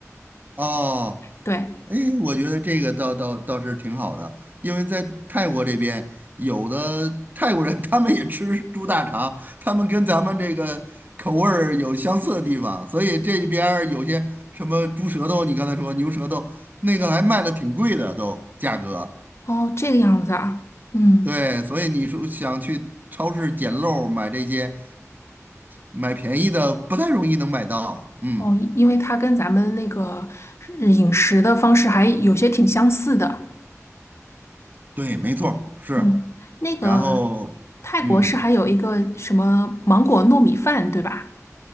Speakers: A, on the right (about 35°); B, on the left (about 55°).
A: 哦，
B: 对，
A: 哎，我觉得这个倒倒倒是挺好的，因为在泰国这边，有的泰国人 <laughs> 他们也吃猪大肠，他们跟咱们这个口味儿有相似的地方，所以这边儿有些什么猪舌头，你刚才说牛舌头，那个还卖的挺贵的都价格。
B: 哦，这个样子啊，嗯，
A: 对，所以你说想去超市捡漏儿买这些，买便宜的不太容易能买到。嗯，
B: 哦，因因为它跟咱们那个呃饮食的方式还有些挺相似的。
A: 对，没错儿，是。
B: 嗯，那个
A: 然后，
B: 泰国是还有一个什么芒果糯米饭，
A: 嗯。
B: 对吧？